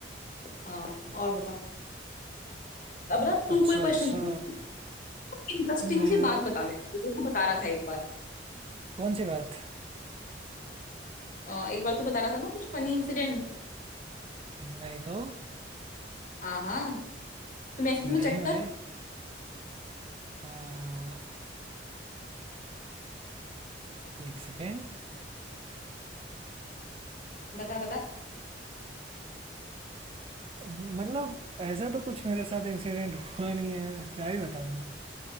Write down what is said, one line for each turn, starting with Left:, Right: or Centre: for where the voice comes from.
Left: हाँ और बताओ अब ना
Right: अच्छा
Left: तू कोई
Right: अच्छा
Left: क्वेश्चन पूछ इंटरेस्टिंग
Right: मैं
Left: सी बात बता मेरे को तू बता रहा था एक बार
Right: कौन सी बात
Left: अ, एक बार तू बता रहा था ना कुछ फनी इंसिडेंट
Right: नहीं तो
Left: हाँ हाँ तुम ऐसे
Right: नहीं
Left: तुम्हें चेक
Right: भाई
Left: कर
Right: आ, एक सेकेंड
Left: बता बता
Right: मतलब ऐसा तो कुछ मेरे साथ इंसिडेंट हुआ नहीं है क्या ही बताऊं मैं